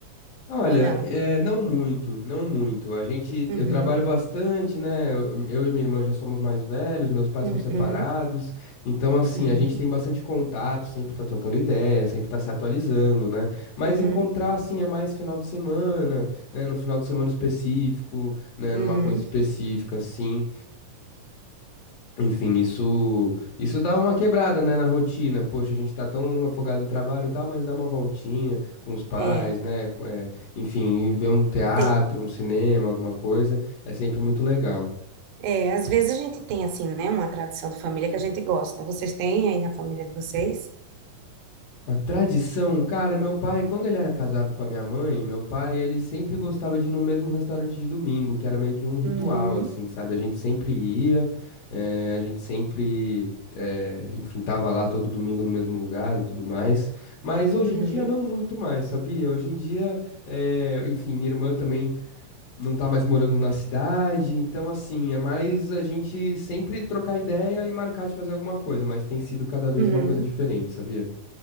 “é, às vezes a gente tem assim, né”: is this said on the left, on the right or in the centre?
Right